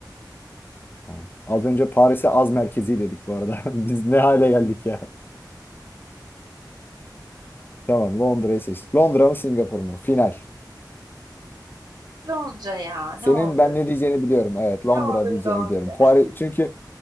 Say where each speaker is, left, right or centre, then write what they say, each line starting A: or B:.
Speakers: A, on the left; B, on the right.
A: Tamam. Az önce Paris'e az merkezi dedik bu arada. <laughs> Biz ne hale geldik ya. Tamam Londra'yı seçtik. Londra mı Singapur mu? Final.
B: Londra ya ne
A: Senin
B: olur.
A: ben ne diyeceğini biliyorum. Evet Londra
B: Ne olur
A: diyeceğini
B: Londra.
A: biliyorum. Paris, çünkü